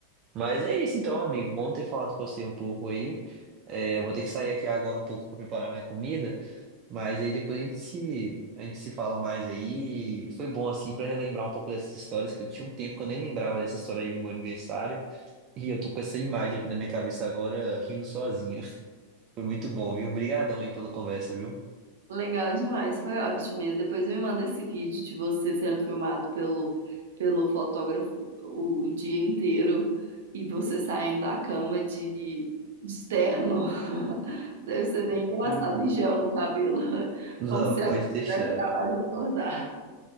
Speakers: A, on the right; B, on the right.
A: Mas é isso então, amigo. Bom ter falado com você um pouco aí. É, eu vou ter que sair aqui agora um pouco para preparar minha comida, mas aí depois a gente se, a gente se fala mais aí. Foi bom, assim, para relembrar um pouco dessas histórias, que eu tinha um tempo que eu nem lembrava dessa história aí do meu aniversário. E eu tô com essa imagem aqui na minha cabeça agora, rindo sozinho. <laughs> Foi muito bom, viu? Obrigadão aí pela conversa, viu?
B: Legal demais, foi ótimo mesmo. Depois me manda esse vídeo de você sendo filmado pelo, pelo fotógrafo o dia inteiro e você saindo da cama de, de terno. <laughs> Deve ser bem engraçado,
A: <laughs>
B: e gel no cabelo, <laughs>
A: Não,
B: como se
A: pode
B: a-
A: deixar.
B: tivesse acabado de acordar.